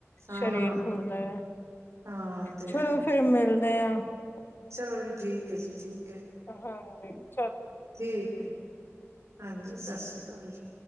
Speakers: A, on the right (about 85°); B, on the left (about 50°).
A: ਹਾਂ
B: ਸਰੀਰ ਖੁੱਲਦਾ ਐ।
A: ਹਾਂ ਤੇ
B: ਚਲੋ
A: ਹੈ
B: ਫੇਰ ਮਿਲਦੇ ਆ। <unintelligible>
A: ਚਲ ਜੀ ਠੀਕ ਹੈ ਜੀ ਠੀ
B: ਹ ਹਾਂ, ਜੀ,
A: ਠੀਕ ਐ ਹਾਂਜੀ ਸਾਸਰੀ ਕਾਲ ਜੀ,